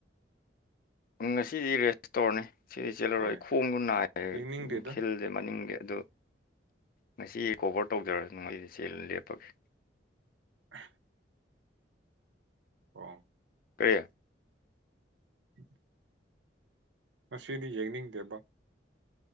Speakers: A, on the left; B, on the right.
A: ꯉꯁꯤꯗꯤ ꯔꯦꯁꯇꯣꯔꯣꯟꯅꯤ ꯁꯤꯗꯤ ꯆꯦꯜꯂꯔ
B: ꯍꯣꯏ
A: ꯑꯩ ꯈꯣꯡꯒ ꯅꯥꯏꯔꯦ
B: ꯌꯦꯡꯅꯤꯡꯗꯦꯗ
A: ꯈꯤꯜꯁꯦ ꯃꯅꯤꯡꯗꯦ ꯑꯗꯨ ꯉꯁꯤ ꯀꯣꯚꯔ ꯇꯧꯖꯔꯁꯨꯅꯨ ꯑꯩꯗ ꯆꯦꯜ ꯂꯦꯞꯄꯒꯦ
B: ꯑꯍ ꯑ
A: ꯇꯦ
B: <unintelligible> ꯃꯁꯤꯗꯤ ꯌꯦꯡꯅꯤꯡꯗꯦꯕ